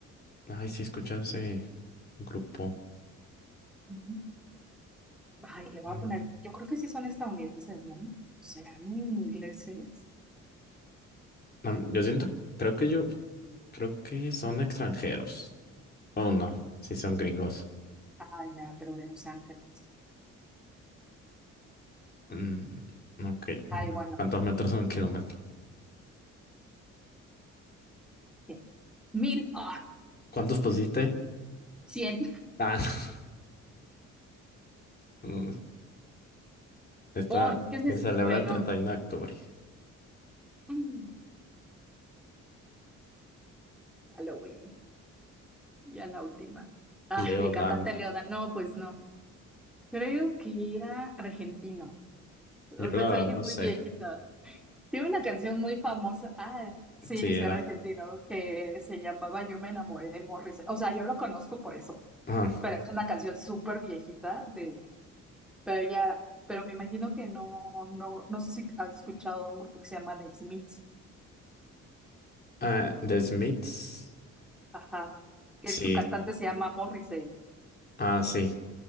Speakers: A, on the left; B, in the centre.
A: Ay, sí, escuché ese grupo.
B: Ujú. Ay, le voy
A: Mm.
B: a poner, yo creo que sí son estadounidenses, ¿no? ¿Serán ingleses?
A: Am- Yo siento, creo que yo, creo que son extranjeros. Oh, no, sí son gringos.
B: Ay, mira, pero de Los Ángeles.
A: Mm, ok. <laughs>
B: Ay, bueno,
A: ¿Cuántos metros son un kilómetro?
B: 100. Mil. Ah,
A: ¿Cuántos pusiste?
B: me equivoqué. 100.
A: Ah, <laughs> Esta
B: Oh, ¿qué es
A: que
B: eso?
A: celebra
B: Bueno,
A: el 31 de octubre.
B: mm, Halloween. Ya la última. Ah,
A: Leo
B: el
A: Dan.
B: cantante Leoda. No, pues no. Creo que era argentino. O
A: Yo
B: sea,
A: la
B: es
A: verdad
B: alguien
A: no
B: muy
A: sé
B: viejito. Tiene una canción muy famosa. Ah, sí,
A: sí
B: sí,
A: era.
B: era argentino, que se llamaba Yo me enamoré de Morris. O sea, yo lo conozco por eso.
A: Ajá.
B: Pero es una canción súper viejita de Pero ya, pero me imagino que no, no, no sé si has escuchado a un grupo que se llama The Smiths,
A: Ah, The Smiths.
B: ajá, que
A: Sí.
B: su cantante se llama Morrissey.
A: Ah, sí.